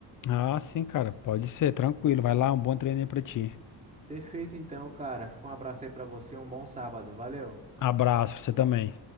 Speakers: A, on the left (about 50°); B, on the right (about 15°).
A: Ah, sim, cara, pode ser, tranquilo. Vai lá, um bom treino aí pra ti.
B: Perfeito, então, cara. Fica um abraço aí pra você. Um bom sábado. Valeu.
A: Abraço, você também.